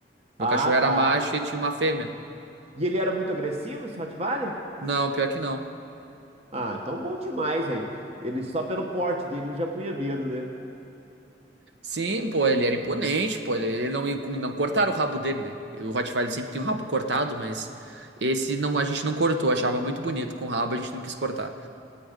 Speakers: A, on the right; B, on the right.
A: Ah,
B: Meu cachorro era
A: tá.
B: macho e tinha uma fêmea.
A: E ele era muito agressivo, esse Rottweiler?
B: Não, pior que não.
A: Ah, então bom demais aí. Ele só pelo porte dele ele já punha medo, né?
B: Sim, pô, ele era imponente, pô, ele, ele não, não cortaram o rabo dele, né? O Rottweiler sempre tem um rabo cortado, mas esse não, a gente não cortou, achava muito bonito com o rabo, a gente não quis cortar.